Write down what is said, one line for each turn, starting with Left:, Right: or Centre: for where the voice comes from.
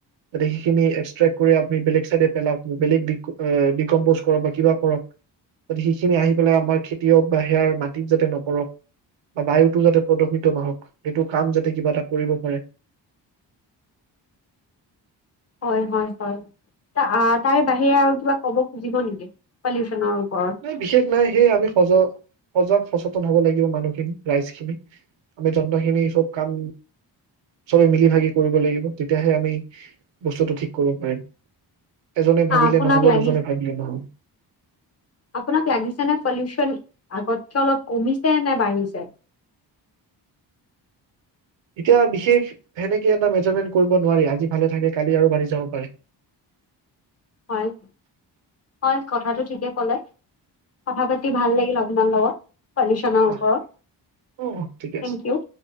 Right: যাতে সেইখিনি এক্সট্ৰে্ট কৰি আমি বেলেগ চাইডে পেলাওঁ বেলেগ ডিকমম্পজ কৰক বা কিবা কৰক সেইখিনি আহি পেলাই আমাৰ খেতিয়ক বা সেয়াৰ মাটিক যাতে নকৰক বা বায়ুটো যাতে প্ৰদূষিত নহক সেইটো কাম যাতে কিবা এটা কৰিব পাৰে
Left: হয় হয় হয় তাৰে বাহিৰে আৰু কিবা ক'ব খুজিব নেকি পলিউচনৰ ওপৰত
Right: নাই বিশেষ নাই সেই আমি সজ সজাগ সচেতন হব লাগিব মানুহখিনি, ৰাইজ খিনি আমি যন্তখিনি সব কাম চবে মিলি ভাগি কৰিব লাগিব তেতিয়াহে আমি বস্তুটো ঠিক কৰিব পাৰিম। এজনে
Left: আ
Right: ভাবিলে
Left: আপোনাক
Right: নহব
Left: লাগিছে
Right: দুজনে ভাবিলে নহব
Left: আপোনাক লাগিছে নে পলিউচন আগতকে অলপ কমিছে নে বাঢ়িছে?
Right: এতিয়া বিশেষ সেনেকে এটা মেজাৰমেন্ট কৰিব নোৱাৰি। আজি ভালে থাকে, কালি আৰু বাঢ়ি যাব পাৰে।
Left: হয়। হয়, কথাটো ঠিকে কলে। কথা পাতি পাতি ভাল লাগিল আপোনাৰ লগত পলিউচনৰ
Right: অ
Left: ওপৰত।
Right: অ ঠিকে
Left: থেংক
Right: আছে
Left: ইউ।